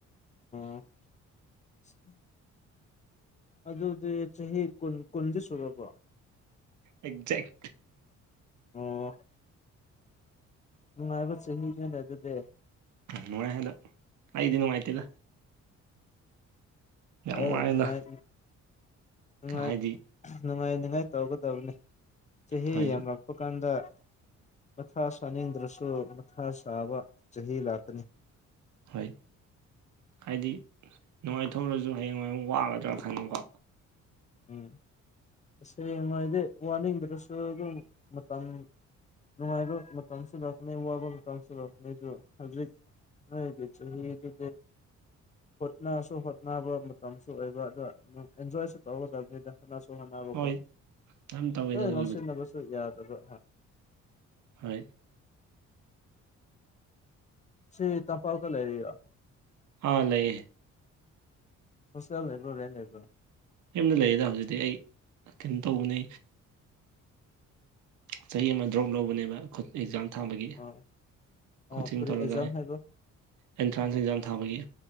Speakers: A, on the left; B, on the right.
A: <inaudible> ꯑꯗꯨꯗꯤ ꯆꯍꯤ ꯀꯨꯟ ꯀꯨꯟꯗꯤ ꯁꯨꯔꯕ꯭ꯔꯣ
B: ꯑꯦꯛꯖꯦꯛ
A: ꯑꯣ ꯅꯨꯡꯉꯥꯏꯕ ꯆꯍꯤꯅꯤꯅꯦ ꯑꯗꯨꯗꯤ
B: ꯅꯨꯡꯉꯥꯏ ꯍꯟꯗꯛ ꯑꯩꯗꯤ ꯅꯨꯡꯉꯥꯏꯇꯦꯗ ꯌꯥꯝ
A: ꯑꯦ
B: ꯋꯥꯏꯗ
A: ꯅꯨꯡꯉꯥꯏ ꯅꯨꯡꯉꯥꯏ
B: ꯍꯥꯏꯗꯤ
A: ꯅꯨꯡꯉꯥꯏ ꯉꯥꯏ ꯇꯧꯒꯗꯕꯅꯤ ꯆꯍꯤ
B: ꯍꯣꯏ
A: ꯌꯥꯝꯂꯛ ꯍꯥꯞꯄ ꯀꯥꯟꯗ ꯃꯊꯥ ꯁꯥꯅꯤꯡꯗ꯭ꯔꯁꯨ ꯃꯊꯥ ꯁꯥꯕ ꯆꯍꯤ ꯂꯥꯛꯀꯅꯤ
B: ꯍꯣꯏ ꯍꯥꯏꯗꯤ ꯅꯨꯡꯉꯥꯏꯊꯣꯛꯔꯖꯨ ꯍꯌꯦꯡ ꯋꯥꯏ ꯃꯨꯛ ꯥꯋꯥꯒꯗ꯭ꯔ ꯈꯟꯕꯀꯣ
A: ꯎꯝ ꯍꯌꯦꯡꯋꯥꯏꯗꯤ ꯋꯥꯅꯤꯡꯕꯔꯁꯨ ꯑꯗꯨꯝ ꯃꯇꯝ ꯅꯨꯡꯉꯥꯏꯕ ꯃꯇꯝꯁꯨ ꯂꯛꯅꯤ ꯋꯥꯕ ꯃꯇꯝꯁꯨ ꯂꯥꯛꯀꯅꯤ ꯑꯗꯣ ꯍꯧꯖꯤꯛ ꯅꯣꯏꯒꯤ ꯆꯍꯤꯖꯤꯗꯤ ꯍꯣꯠꯅꯁꯨ ꯍꯣꯠꯅꯕ ꯃꯇꯝꯁꯨ ꯑꯣꯏꯕ ꯑꯗ ꯑꯦꯟꯖꯣꯏꯁꯨ ꯇꯧꯒꯗꯕꯅꯤꯗ ꯍꯣꯠꯅꯁꯨ ꯍꯣꯠꯅꯕꯀꯣ
B: ꯍꯣꯏ ꯑꯗꯨꯝ ꯇꯧꯋꯦꯗ
A: ꯂꯣꯏ
B: ꯑꯗꯨꯒꯤꯕꯨꯗꯤ
A: ꯉꯥꯎꯁꯤꯟꯅꯕꯁꯨ ꯌꯥꯗꯕ
B: ꯍꯣꯏ
A: ꯁꯤ ꯇꯝꯄꯥꯛꯇꯥ ꯂꯩꯔꯤꯔꯣ
B: ꯍꯥꯥ ꯂꯩꯌꯦ
A: ꯍꯣꯁꯇꯦꯜ ꯂꯩꯕ꯭ꯔꯣ ꯔꯦꯟ ꯂꯩꯕ꯭ꯔꯣ
B: ꯌꯨꯝꯗ ꯂꯩꯌꯦꯗ ꯍꯧꯖꯤꯛꯇꯤ ꯑꯩ ꯀꯩꯅꯣ ꯇꯧꯕꯅꯦ ꯆꯍꯤ ꯑꯃ ꯗ꯭ꯔꯣꯞ ꯂꯧꯕꯅꯦꯕ ꯑꯦꯛꯖꯥꯝ ꯊꯥꯕꯒꯤ
A: ꯑꯣ ꯑꯣ
B: ꯀꯣꯆꯤꯡ
A: ꯀꯔꯤ
B: ꯇꯧꯔꯒ
A: ꯑꯦꯛꯖꯥꯝ ꯍꯥꯏꯕ
B: ꯑꯦꯟꯇ꯭ꯔꯥꯟꯁ ꯑꯦꯛꯖꯥꯝ ꯊꯥꯕꯒꯤ